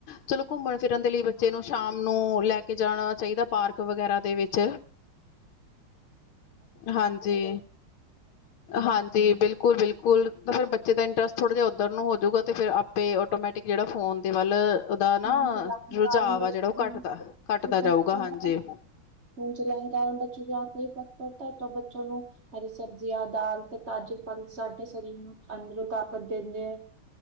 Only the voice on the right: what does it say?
ਫੋਨ
ਚਲਾਵੇ ਕੇ
ਕਾਰਣ ਬੱਚੇ
<inaudible>
ਫੋਨ ਚਲਾਨੇ ਕੇ ਕਾਰਣ ਬੱਚੇ ਕੀ ਆਂਖ ਹੋ ਤੋਂ ਬੱਚੋਂ ਨੂੰ ਹਰੀ ਸਬਜ਼ੀਆਂ, ਦਾਲ ਤੇ ਤਾਜ਼ੇ ਫ਼ਲ ਸਾਡੇ ਸਰੀਰ ਨੂੰ ਅੰਦਰੋਂ ਤਾਕਤ ਦੇਂਦੇ ਏ।